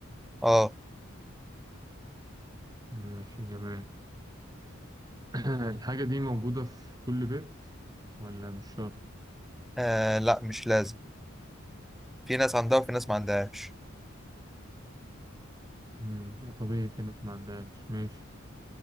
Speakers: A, in the centre; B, on the right.
A: آه,
B: ماشي جماد <laughs> <clears throat> الحاجة دي موجودة في كل بيت ولا مش شرط؟
A: اه لا مش لازم في ناس عندها وفي ناس ما عندهاش
B: مم. آه، طبيعي في ناس ما عندهاش ماشي